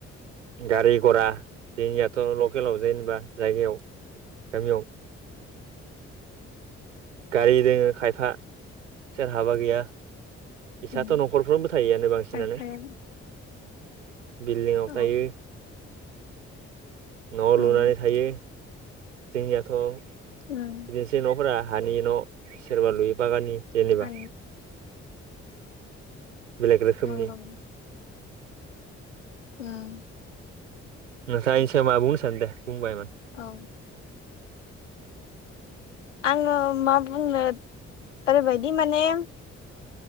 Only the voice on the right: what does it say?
गारि गरा जोंनियाथ लकेलाव जेनेबा जायगायाव गामियाव गारि दोङो खायफा सोरहाबा गैया। इसाथ'
न'खरफ्रनोबो थाहैआनो बांसिनानो
बिल्डिंआव
थायो। न'आव
लुनानै थायो जोंनियाथ' बिदिनोसै
न'फोरा हानि न' सोरबा लुयो बागाननि जेनेबा
बेलेग रोखोमनि
नोंसार मा बुंनो सान दे बुंबाय मा